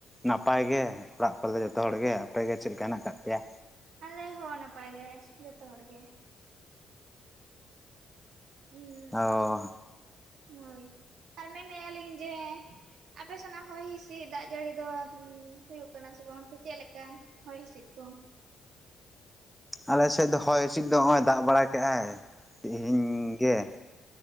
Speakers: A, in the centre; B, on the right.
A: ᱱᱟᱯᱟᱭ ᱜᱮ ᱚᱲᱟᱜ ᱠᱚᱨᱮ ᱫᱚ ᱡᱚᱛᱚ ᱦᱚᱲ ᱜᱮ, ᱟᱯᱮᱜᱮ ᱪᱮᱞᱠᱟ ᱦᱮᱱᱟᱜ ᱟᱠᱟᱫ ᱯᱮᱭᱟ?
B: ᱟᱞᱮ ᱦᱚᱸ ᱱᱟᱯᱟᱭ ᱜᱮ, ᱡᱚᱛᱚ ᱦᱚᱲ ᱜᱮ᱾ ᱩᱸᱜ
A: ᱚ
B: ᱦᱳᱭ ᱟᱨ ᱢᱮᱱᱮᱜᱼᱟ ᱞᱤᱧ ᱡᱮ ᱟᱯᱮ ᱥᱮᱱᱟᱜ ᱦᱚᱭ ᱦᱤᱥᱤᱫ ᱫᱟᱜ ᱡᱟᱹᱲᱤ ᱫᱚ ᱦᱩᱭᱩᱜ ᱠᱟᱱᱟ ᱥᱮ ᱵᱟᱝ ᱪᱮᱫ ᱞᱮᱠᱟ? ᱦᱚᱭ ᱦᱤᱸᱥᱤᱫ ᱠᱚ?
A: ᱟᱞᱮᱥᱮᱫ ᱫᱚ ᱦᱚᱭ ᱦᱤᱥᱤᱫ ᱫᱚ ᱦᱚᱜᱼᱚᱭ ᱫᱟᱜ ᱵᱟᱲᱟ ᱠᱮᱜᱼᱟᱭ ᱛᱮᱦᱮᱧ ᱜᱮ᱾